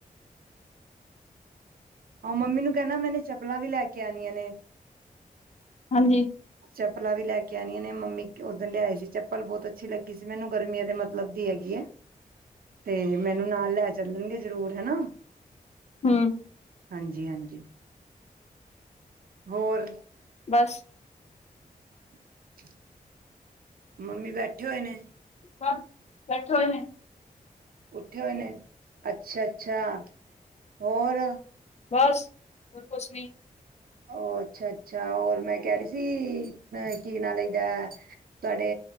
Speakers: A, on the right (about 85°); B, on the left (about 50°).
A: ਓ ਮੰਮੀ ਨੂੰ ਕਹਿਣਾ ਮੈਨੇ ਚੱਪਲਾਂ ਵੀ ਲੈ ਕੇ ਆਣੀਆਂ ਨੇ
B: ਹਾਂਜੀ
A: ਚੱਪਲਾਂ ਵੀ ਲੈ ਕੇ ਆਣੀਆਂ ਨੇ, ਮੰਮੀ ਉਸ ਦਿਨ ਲਿਆਏ ਸੀ ਚੱਪਲ ਬਹੁਤ ਅੱਛੀ ਲੱਗੀ ਸੀ ਮੈਨੂੰ ਗਰਮੀਆਂ ਦੇ ਮਤਲਬ ਦੀ ਹੈਗੀ ਹੈ, ਤੇ ਮੈਨੂੰ ਨਾਲ ਲੈ ਚੱਲਣਗੇ ਜ਼ਰੂਰ ਹੈਨਾ।
B: ਹੂੰ,
A: ਹਾਂਜੀ ਹਾਂਜੀ। ਹੋਰ
B: ਬਸ,
A: <unintelligible> ਮੰਮੀ ਬੈਠੇ ਹੋਏ ਨੇ।
B: ਬਸ ਬੈਠੇ ਹੋਏ ਨੇ।
A: ਉੱਠੇ ਹੋਏ ਨੇ ਅੱਛਾ- ਅੱਛਾ ਹੋਰ
B: ਬਸ ਹੋਰ ਕੁਛ ਨੀ
A: ਉਹ ਅੱਛਾ -ਅੱਛਾ ਹੋਰ ਮੈਂ ਕਹਿ ਰਹੀ ਸੀ। ਕੀ ਨਾਂ ਲਈਦਾ ਤੁਹਾਡੇ